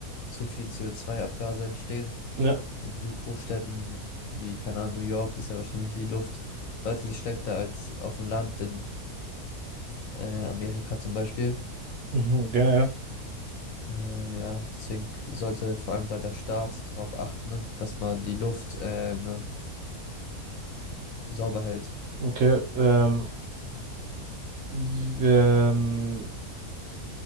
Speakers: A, on the left; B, on the right.
A: zu viel CO2-Abgase entstehen.
B: Ja,
A: In so Großstädten wie, keine Ahnung, New York ist ja wahrscheinlich die Luft deutlich schlechter als auf dem Land in äh, Amerika zum Beispiel.
B: mhm, ja, ja.
A: Äh, ja, deswegen sollte vor allem da der Staat darauf achten, ne, dass man die Luft ähm, sauber hält.
B: Okay. Ähm, w- ähm,